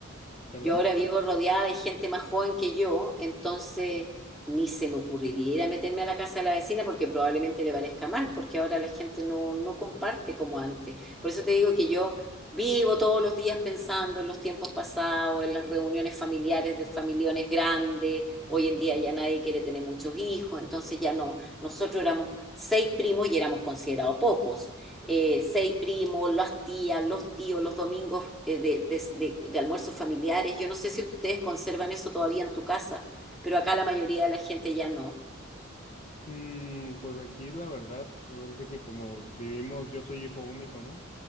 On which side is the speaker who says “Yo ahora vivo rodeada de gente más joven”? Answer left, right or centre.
Centre